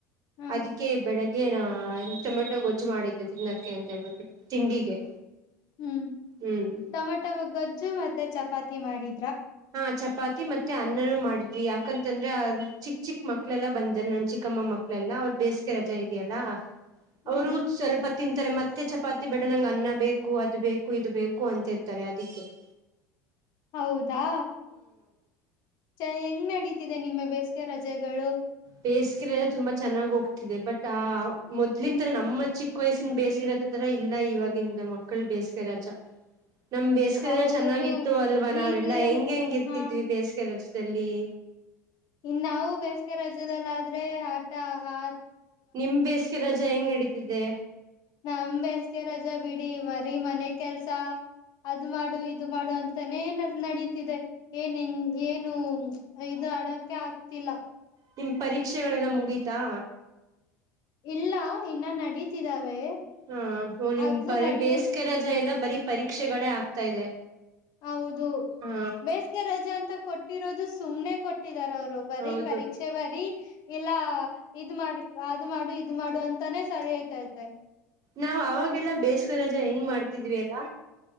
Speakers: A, on the left (about 50°); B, on the right (about 45°).
A: ಹಾ
B: ಅದಿಕ್ಕೆ ಬೆಳಗ್ಗೆ ಏನ ಟೊಮೆಟೊ ಗೊಜ್ಜು ಮಾಡಿದ್ದೆ ತಿನ್ನಕ್ಕೆ ಅಂತ ಹೇಳ್ಬಿಟ್ಟಬಿಟ್ಟು ತಿಂಡಿಗೆ.
A: ಹ್ಮ್
B: ಹ್ಮ್
A: ಟಮಟೋ ಗೊಜ್ಜು ಮತ್ತೆ ಚಪಾತಿ ಮಾಡಿ
B: ಹಾ ಚಪಾತಿ ಮತ್ತೆ ಅನ್ನನೂ ಮಾಡಿದ್ವಿ ಯಾಕಂತಂದ್ರೆ ಚಿಕ್ ಚಿಕ್ ಮಕ್ಳೆಲ್ಲಾ ಬಂದ ನನ್ ಚಿಕ್ ಕ್ಕಮ್ಮ ಮಕ್ಕಳೆಲ್ಲಾ ಅವ್ರರು ಬೇಸಿಗೆ ರಜೆ ಇದೆಯಲ್ಲ
A: ಹ್ಮ್
B: ಅವರು ಸ್ವಲ್ಪ. ತಿಂತಾರೆ ಮತ್ತೆ ಚಪಾತಿ ಬೇಡೋಣಂಗೆ ಅನ್ನ ಬೇಕು ಅದು ಬೇಕು ಇದು ಬೇಕು ಅಂತಿರ್ತಾರೆ ಅದಿಕ್ಕೆ. <inaudible>
A: ಹೌದಾ ಚಯ್ ಹೆಂಗ್ ನಡಿತಿದೆ ನಿಮ್ಮ ಬೇಸಿಗೆ ರಜೆಗಳು.
B: ಬೇಸ್ಗ್ ತುಂಬಾ ಚೆನ್ನಾಗಿ ಹೋಗ್ತಿದೆ ಬಟ್ ಆ ಮೊದ್ಲಿನ್ ತರ ನಮ್ಮ ಚಿಕ್ಕ ವಯಸ್ಸಿನ ಬೇಸಿಗೆರಜ ತರ. ಇಲ್ಲ ಇವಾಗಿಂದ ಮಕ್ಕಳ ಬೇಸಿಗೆರಜ. ನಮ್ ಬೇಸಿಗೆನೆ
A: ಹೌದು
B: ಚೆನ್ನಾಗಿತ್ತು ಅಲ್ವಾ ನಾವೆಲ್ಲಾ
A: ಈಗ
B: ಹೆಂಗ್ ಹೆಂಗ್ ಇರ್ತಿದ್ವಿ
A: ಹ
B: ಬೇಸ್ಗೆರಜ್. ದಲ್ಲಿ
A: ಇನ್ ನಾವು ಬೇಸಿಗೆ ರಾಜ್ಯದಲ್ಲಾದ್ರೆ ಆಟ ಆ
B: ನಿಮ್ಮ್ ಬೇಸಿಗೆ ರಜಾ ಹೆಂಗ್ ನಡೀತಿದೆ.
A: ನಮ್ ಬೇಸಿಗೆ ರಜಾ ಬಿಡಿ ಬರೀ ಮನೆ ಕೆಲ್ಸ. ಅದು ಮಾಡು ಇದು ಮಾಡು ಅಂತಾನೇ ನಡೀತಿದೆ ಏನನ್ ಏನು ಇದು. ಯಾಡಕೆ ಆಗ್ತಿಲ್ಲ.
B: ನಿಮ್ ಪರೀಕ್ಷೆಗಳೆಲ್ಲ ಮುಗೀತಾ.
A: ಇಲ್ಲ ಇನ್ನ ನಡೀತಿದಾವೆ.
B: ಹಾ ನಿಮ್
A: ಅದು
B: ಬರಿ
A: ನಡಿಯಕ್
B: ಬೇಸಿಗೆ ರಜೆ ಎಲ್ಲಾ ಬರೀ ಪರೀಕ್ಷೆಗಳೇ ಆಗ್ತಾ ಇದೆ.
A: ಹೌದು
B: ಹಾ
A: ಬೇಸಿಗೆ ರಜೆ ಅಂತ ಕೊಟ್ಟಿರೋದು ಸುಮ್ನೆ. ಇಟ್ಟಿದಾರ್ ಅವರು ಬರೀ
B: ಹೌದು
A: ಪರೀಕ್ಷೆ ಬರೀ. ಇಲ್ಲಾ ಇದ್ ಮಾಡ ಅದ್ ಮಾಡು ಇದ್ ಮಾಡು ಅಂತಾನೇ ಸರಿ ಆಯ್ತೈತೆ.
B: ನಾವ್ ಅವಾಗೆಲ್ಲಾ ಬೇಸಗೆರಜ ಹೆಂಗ್ ಮಾಡ್ತಿದ್ವಿ ಅಲ್ಲ